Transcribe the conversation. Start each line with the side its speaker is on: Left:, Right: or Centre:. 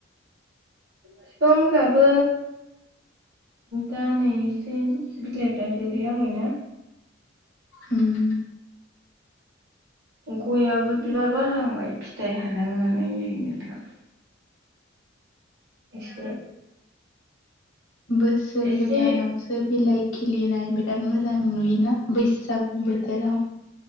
Right: बिफांफ्राबो दा नै एसे बिलाइफ्रा गोलै आंबायना
Left: उम
Right: गययाबो बिबार बारहांबाय फिथाइ हानांनानै नै नोंथां एसे
Left: बोसोर
Right: एसे
Left: गोदानावसो बिलाइ खिलिनाय बिराद मोजां नुयोना बैसागु बोथोराव